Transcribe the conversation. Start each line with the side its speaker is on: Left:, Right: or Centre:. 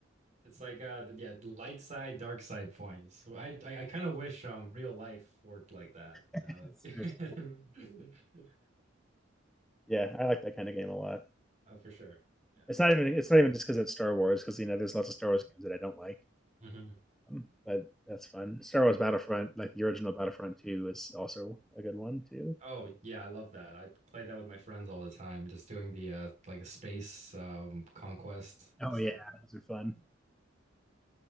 Right: It's like uh, yeah, light side, dark side points. So I I, I kind of wish um real life worked like that, you
Centre: <laughs>
Right: know. <laughs>
Centre: Yeah, I like that kind of game a lot.
Right: Oh, for sure. Yeah.
Centre: It's not even it's not even just because it's Star Wars because you know there's lots of Star Wars games that I don't like,
Right: Mhm.
Centre: um, but that's fun. Star Wars Battlefront, like the original Battlefront Two, is also a good one too.
Right: Oh yeah, I love that. I play that with my friends all the time, just doing the uh like the space um conquest
Centre: Oh
Right: stuff.
Centre: yeah, those are fun.